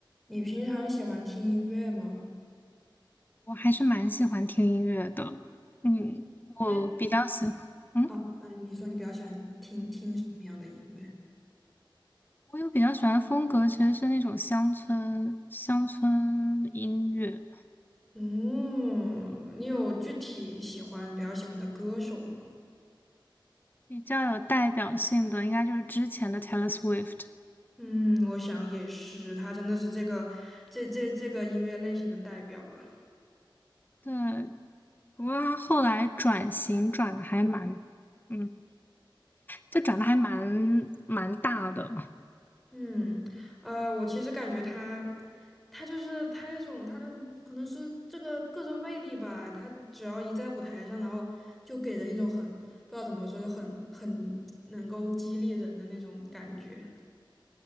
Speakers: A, in the centre; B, on the left.
A: 你平常喜欢听音乐吗？
B: 我还是蛮喜欢听音乐的。嗯，
A: 嗯，
B: 我比较喜欢，
A: 那
B: 嗯，
A: 啊，嗯，你说你比较喜欢听听什么样的音乐？
B: 我有比较喜欢的风格，其实是那种乡村乡村音乐，
A: 嗯，你有具体喜欢比较喜欢的歌手吗？
B: 比较有代表性的，应该就是之前的 Taylor Swift。
A: 嗯，我想也是，他真的是这个这这这个音乐类型的代表了。
B: 对，不过他后来转型转的还蛮，嗯，就转的还蛮蛮大的。
A: 嗯，呃，我其实感觉他，他就是他一种他的可能是这个个人魅力吧。他只要一在舞台上，然后就给人一种很不知道怎么说，就很很能够激励人的那种感觉。